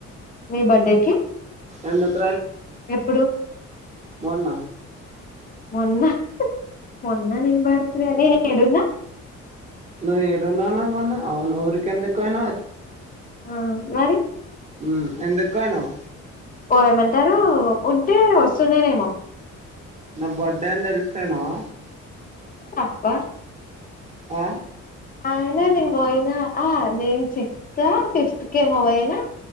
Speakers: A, on the left; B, on the right.
A: మీ బర్త్డేకి
B: ఎందుకు
A: ఎప్పుడు
B: మొన్నా
A: మొన్న మొన్న ని బరితాడే అని ఎడున్నా.
B: నువ్వు ఏడున్నావునా మొన్న అవును ఊరిక్ ఎందుకు ఓయినవ్ ఒత్
A: ఆ మరి
B: ఉ ఎందుక్ ఓయినవ్
A: ఓ ఏమంటారా ఉంటే వస్తుండనేమో
B: నా బర్త్డే అని దేల్స్ ఫోయినవా
A: అప్పా
B: ఆ
A: అయినా నేన్ బోయినా ఆ నేను సిక్స్త్ ఆ ఫిఫ్త్క్ ఏమో పోయినా.